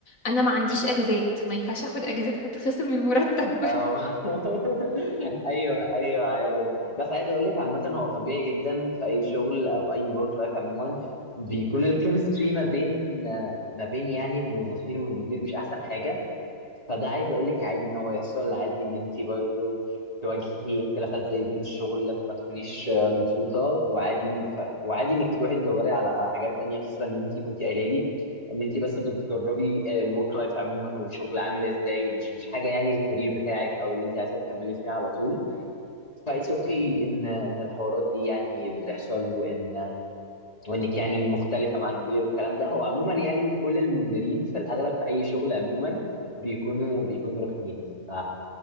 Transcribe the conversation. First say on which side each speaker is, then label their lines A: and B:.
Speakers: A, on the left; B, on the left.
A: انا ما عنديش اجازات ما ينفعش اخد اجازات <laughs> هتتخصم من المرتب
B: اه <laughs> ايوه ايوه عارف بس عايز اقول لك عامه هو طبيعي جدا في اي شغل او اي ورك لايف عموما بيكون الكيمستري ما بين ما بين يعني الموظفين والمدير مش احسن حاجه فده عايز اقول لك عادي ان هو يحصل عادي ان انت برضه تواجهي اختلافات زي دي من الشغل لما تكونيش آه، مبسوطه وعادي إن- ف... وعادي انك تروحي تدوري على على حاجات تانية خصوصا ان انت كنت قايله لي ان انت بس بتجربي الورك لايف عموما والشغل عامل ازاي مش مش حاجه يعني الكارير بتاعك او اللي انت عايزه تكملي فيها على طول فايتس اوكي ان ان الحوارات دي يعني بتحصل وان وانك يعني مختلفه مع المدير والكلام ده هو عموما يعني كل المديرين في الاغلب في اي شغل عموما بيكونوا بيكونوا رخمين ف